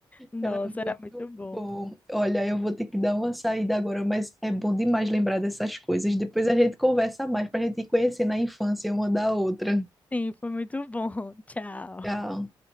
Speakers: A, on the left; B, in the centre.
A: Nossa,
B: Era muito
A: era muito bom.
B: bom. Olha, eu vou ter que dar uma saída agora, mas é bom demais lembrar dessas coisas. Depois a gente conversa mais para a gente ir conhecendo a infância uma da outra.
A: Sim, foi muito bom. <laughs> Tchau.
B: Tchau.